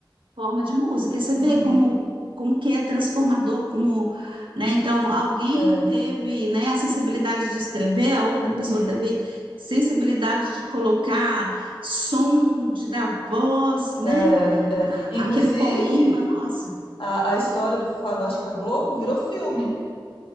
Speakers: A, on the right (about 70°); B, on the left (about 80°).
A: Forma de música. E Você vê
B: Uhum,
A: como, como que é transformador, como, né? Então, alguém
B: é,
A: teve, né, a sensibilidade de escrever, a outra
B: uhum,
A: pessoa teve sensibilidade de colocar som, de dar voz, né?
B: é,
A: a-
B: é. Inclusive,
A: aquele poema. Nossa.
B: a, a história do faroeste caboclo virou filme.